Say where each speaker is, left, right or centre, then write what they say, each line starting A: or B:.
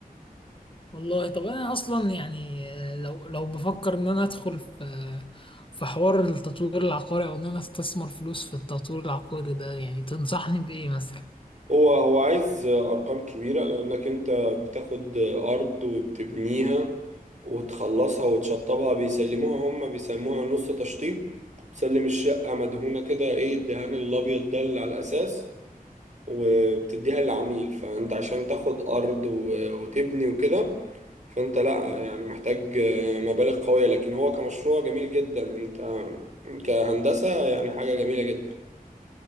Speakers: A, on the left; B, on the right.
A: والله طب انا اصلا يعني آه، لو لو بفكر ان انا ادخل في آه، في حوار التطوير العقاري او ان انا استثمر فلوس في التطوير العقاري ده يعني تنصحني بايه مثلا
B: هو هو عايز أرقام كبيرة لأنك أنت بتاخد أرض وبتبنيها وتخلصها وتشطبها بيسلموها هم بيسموها نص تشطيب بتسلم الشقة مدهونة كده إيه الدهان الأبيض ده اللي على الأساس وبتديها للعميل فأنت عشان تاخد أرض و- وتبني وكده فأنت لأ يعني محتاج مبالغ قوية لكن هو كمشروع جميل جدا أنت كهندسة يعني حاجة جميلة جدا